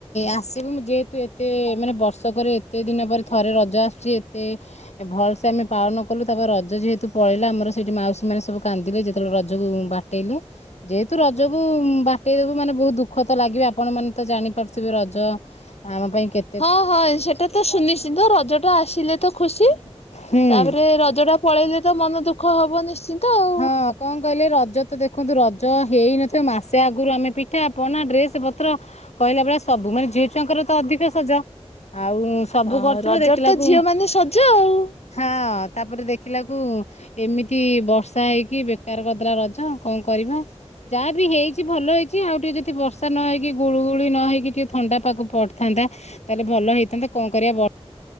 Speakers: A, on the left; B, on the left.
A: ଆସିବୁ ମୁଁ ଯେହେତୁ ଏତେ ମାନେ ବର୍ଷକରେ ଏତେ ଦିନ ପରେ ଥରେ ରଜ ଆସୁଛି ଏତେ ଭଲ ସେ ଆମେ ପାଳନ କଲୁ ତାପରେ ରଜ ଯେହେତୁ ପଳେଇଲା ଆମର ସେଇଠି ମାଉସୀ ମାନେ ସବୁ କାନ୍ଦିଲେ ଯେତେବେଳେ ରଜକୁ ବାଟେଇଲେ। ଯେହେତୁ ରଜକୁ ବାଟେଇଦବୁ ମାନେ ବହୁତ ଦୁଃଖ ତ ଲାଗିବ ଆପଣ ମାନେ ତ ଜାଣିପାରୁଥିବେ ରଜ ଆମ ପାଇଁ କେତ
B: ହଁ ହଁ ସେଟା ତ ସୁନିଶ୍ଚିନ୍ତ ରଜଟା ଆସିଲେ ତ ଖୁସି
A: ହୁଁ
B: ତାପରେ ରଜଟା ପଳେଇଲେ ତ ମନ ଦୁଃଖ ହବ ନିଶ୍ଚିନ୍ତ ଆଉ।
A: ହଁ କଣ କହିଲେ ରଜ ତ ଦେଖନ୍ତୁ ରଜ ହେଇନଥିବ ମାସେ ଆଗରୁ ଆମେ ପିଠା ପନା ଡ୍ରେସ ପତ୍ର କହିଲା ବଳେ ସବୁ ମାନେ ଝିଅ ଛୁଆଙ୍କର ତ ଅଧିକ ସଜ ଆଉ ସବୁ
B: ହଁ
A: କରିଥିବ
B: ରଜର
A: ଦେଖିଲାକୁ
B: ତ ଝିଅ ମାନେ ସଜ ଆଉ।
A: ହଁ ତାପରେ ଦେଖିଲାକୁ ଏମିତି ବର୍ଷ ଷା ହେଇକି ବେକାର କରିଦଲା ରଜ କଣ କରିବା। ଯାହା ବିି ହେଇଚି ଭଲ ହେଇଛି ଆଉ ଟିକେ ଯଦି ବର୍ଷା ନ ହେଇକି ଗୁଳୁ ଗୁଳି ନ ହେଇକି ଟିକେ ଥଣ୍ଡା ପାଗ ପଡିଥାନ୍ତା ତାହେଲେ ଭଲ ହେଇଥାନ୍ତା କଣ କରିବା ବ